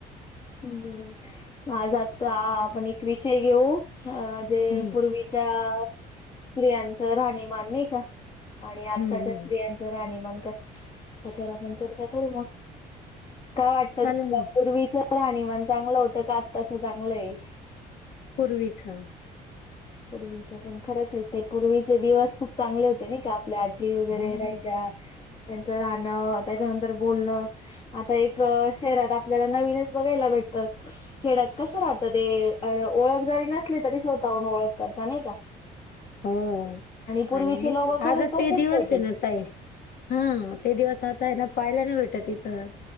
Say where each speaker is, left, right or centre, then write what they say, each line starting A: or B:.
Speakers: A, on the left (about 35°); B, on the left (about 60°).
A: बर बर, आज आजचा आपण एक विषय घेऊ अ जे
B: हम्म
A: पूर्वी चा स्त्रियांच राहणीमान नाही का, आणि आत्ताच्या
B: हम्म हम्म
A: स्त्रियां च राहणीमान कसं, त्याच्यावर आपण चर्चा करू मग. काय वाटत
B: चालेल
A: तुमाला
B: ना
A: पूर्वीच राहणीमान चांगलं होतं का आत्ताच चांगलंय?
B: पूर्वीचं.
A: पूर्वीचे. पण खरंच आहे ते पूर्वीचे दिवस खूप चांगले होते नाही का. आपल्या आज्जी वगैरे
B: हो
A: राहायच्या, त्यांचं राहणं, त्याच्यानंतर बोलणं, आता एक शहरात आपल्याला नवीनच बघायला भेट तात. खेड्यात कस राहतं ते अ ओळख जरी नसली तरी स्वतःहून ओळख करता नाही का.
B: हो,
A: पूर्वीचे
B: आणि नाही
A: लोक खरंच
B: आता
A: तसेच
B: ते दिवस
A: होते.
B: आहे ना ताई हां. ते दिवस आत- ता आहे ना पाहायला नाही भेटत इथं,